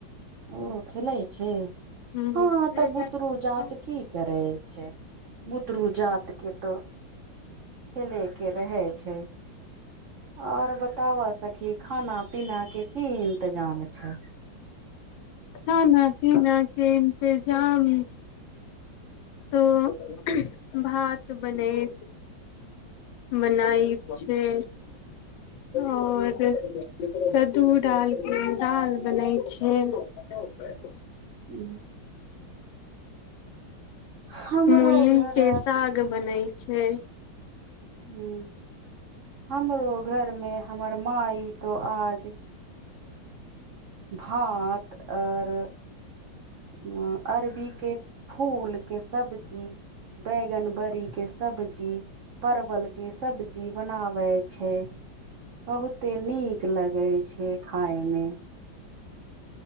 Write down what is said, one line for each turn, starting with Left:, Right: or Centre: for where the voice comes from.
Right: ओ खेलै छै
Left: हूँ
Right: हँ तऽ बुतरू जात कि करै छै बुतरू जातके त खेले के रहै छै आओर। बतावा सखी खाना पीना के कि इंतजाम छै
Left: खाना पिना के इतजाम तो भात बनेय। बनाय छै। आओर कद्दू डाल दडाल बनै छै। <unintelligible>
Right: ह। हमरो
Left: मूल
Right: घर
Left: के सग बनै छै
Right: ह हमरो घरमे। हमर माइ तो आज भात आओर। उ अरबी के फूल के सब्जी। बैगनबरीके सब्जी। परवल के सब्जी बनावे छै बहुते नीक। नीक लगै छै खायमे